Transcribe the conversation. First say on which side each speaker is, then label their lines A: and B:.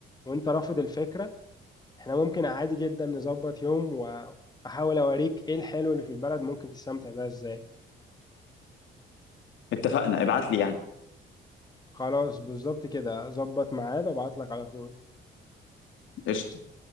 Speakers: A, on the left (about 20°); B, on the left (about 80°).
A: وانت رافض الفكره احنا ممكن عادي جدا نظبط يوم واحاول اوريك ايه الحلو اللي في البلد ممكن تستمتع بيها ازاي
B: اتفقنا ابعت لي يعني
A: خلاص بالظبط كده ظبط ميعاد وابعت لك على طول
B: قشطة